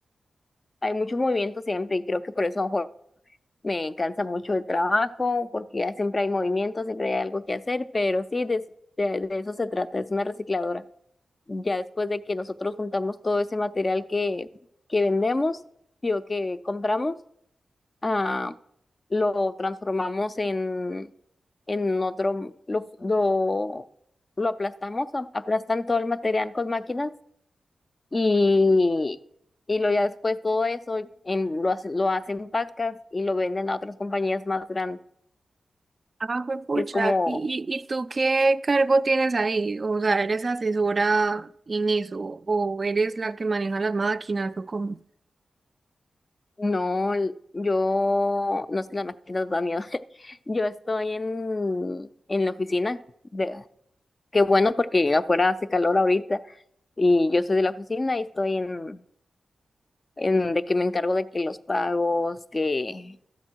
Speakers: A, on the left; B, on the right.
A: hay mucho movimiento siempre y creo que por eso a lo mejor me cansa mucho el trabajo porque ya siempre hay movimiento, siempre hay algo que hacer, pero sí de, de de eso se trata, es una recicladora. ya después de que nosotros juntamos todo ese material que, que vendemos, digo, que compramos, ah, lo transformamos en, en otro, lo, lo, lo aplastamos, a- aplastan todo el material con máquinas y, y lo ya después todo eso en, lo, hace- lo hacen pacas y lo venden a otras compañías más grandes.
B: Ah, fue pucha.
A: Es como
B: ¿Y, y y tú qué cargo tienes ahí? O sea, ¿eres asesora en eso? ¿O eres la que maneja las máquinas? ¿O cómo?
A: No, yo no es que las máquinas dan miedo. <laughs> Yo estoy en, en la oficina. De, qué bueno porque afuera hace calor ahorita y yo soy de la oficina y estoy en, en de que me encargo de que los pagos, que